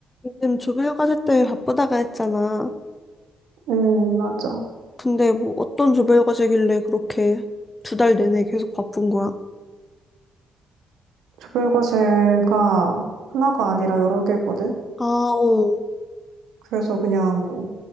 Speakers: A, on the left; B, on the right.
A: 요즘 조별과제 때문에 바쁘다가 했잖아.
B: 음, 맞아.
A: 근데 뭐 어떤 조별과제길래 그렇게 두 달 내내 계속 바쁜 거야?
B: 조별과제가 하나가 아니라 여러 개거든?
A: 아, 어.
B: 그래서 그냥